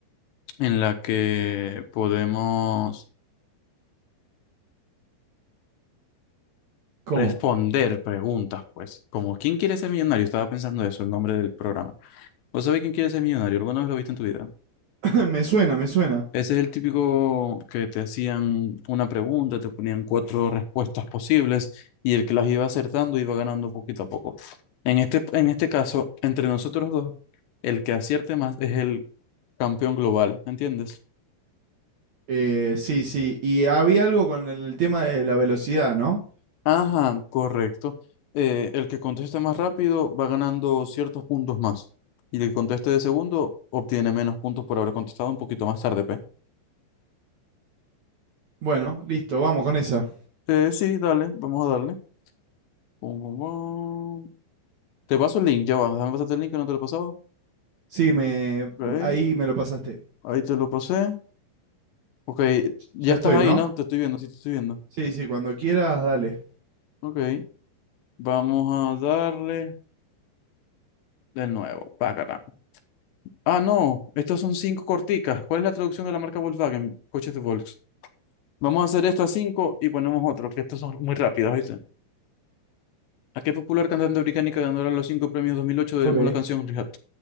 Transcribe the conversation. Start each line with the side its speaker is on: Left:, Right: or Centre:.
Left: en la que podemos
Right: ¿Cómo?
Left: responder preguntas, pues. Como ¿Quién quiere ser millonario? Estaba pensando eso, el nombre del programa. ¿Vos sabés quién quiere ser millonario? ¿Alguna vez lo viste en tu vida?
Right: <clears throat> <laughs> Me suena, me suena.
Left: Ese es el típico que te hacían una pregunta, te ponían cuatro respuestas posibles y el que las iba acertando iba ganando poquito a poco. En este, en este caso, entre nosotros dos, el que acierte más es el campeón global, ¿entiendes?
Right: Eh, sí, sí. Y había algo con el tema de la velocidad, ¿no?
Left: Ajá, correcto. Eh, el que conteste más rápido va ganando ciertos puntos más. Y el que conteste de segundo obtiene menos puntos por haber contestado un poquito más tarde, P.
Right: Bueno, listo, vamos con esa.
Left: Eh, sí, dale, vamos a darle. Pum, pum, pum. Te paso el link, ya va. Déjame pasarte el link que no te lo he pasado.
Right: Sí, me,
Left: Ok,
Right: ahí me lo pasaste.
Left: ahí te lo pasé. Ok, ya
Right: Ya
Left: estás
Right: estoy,
Left: ahí,
Right: ¿no?
Left: ¿no? Te estoy viendo, sí te estoy viendo.
Right: Sí, sí, cuando quieras, dale.
Left: Ok, vamos a darle de nuevo. Pácata. Ah, no, estas son cinco corticas. ¿Cuál es la traducción de la marca Volkswagen? Coches de Volks. Vamos a hacer estas cinco y ponemos otro, que estas son muy rápidas, ¿viste? ¿A qué popular cantante británica ganadora de los cinco premios 2008 debemos
Right: Ok.
Left: la canción Rehab?